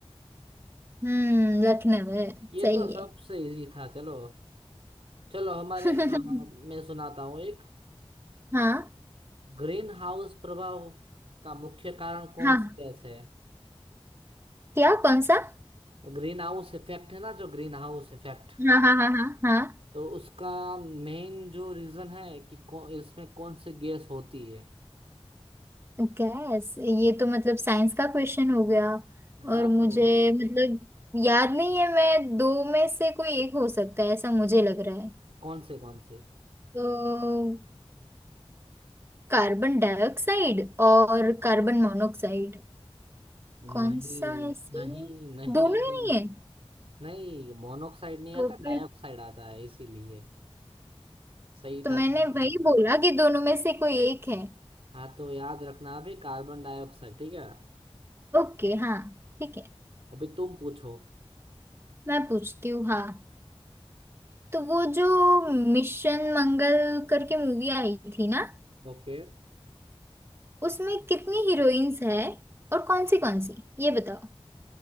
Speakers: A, on the right (about 25°); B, on the right (about 65°).
A: हम्म लखनऊ है
B: ये
A: सही
B: तो सबसे
A: है
B: इजी था चलो चलो हमारे
A: <laughs>
B: अ, मैं सुनाता हूँ एक
A: हाँ
B: ग्रीन हाउस प्रभाव का मुख्य कारण कौन
A: हाँ
B: सी गैस है
A: क्या कौन सा
B: ग्रीन हाउस इफेक्ट है ना जो ग्रीन हाउस इफेक्ट
A: हाँ हाँ हाँ हाँ हाँ
B: तो उसका मेन जो रीजन है कि कौ, इसमें कौन सी गैस होती है
A: गैस ये तो मतलब साइंस का क्वेश्चन हो गया
B: हाँ
A: और मुझे
B: तो
A: मतलब याद नहीं है मैं दो में से कोई एक हो सकता है ऐसा मुझे लग रहा है
B: कौन से कौन से
A: तो कार्बन डाइऑक्साइड और कार्बन मोनोक्साइड
B: नहीं
A: कौन सा है सही
B: नहीं नहीं
A: दोनों ही नहीं है
B: नहीं मोनोऑक्साइड नहीं
A: तो
B: आता
A: फिर
B: डाइऑक्साइड आता है इसीलिए सही
A: तो
B: था
A: मैंने
B: तुम्हारा
A: वही बोला कि दोनों में से कोई एक है
B: हाँ तो याद रखना अभी कार्बन डाइऑक्साइड ठीक है
A: ओके हाँ ठीक है
B: अभी तुम पूछो
A: मैं पूछती हूँ हाँ तो वो जो मिशन मंगल करके मूवी आई थी ना
B: ओके
A: उसमें कितनी हीरोइंस है और कौन सी कौन सी ये बताओ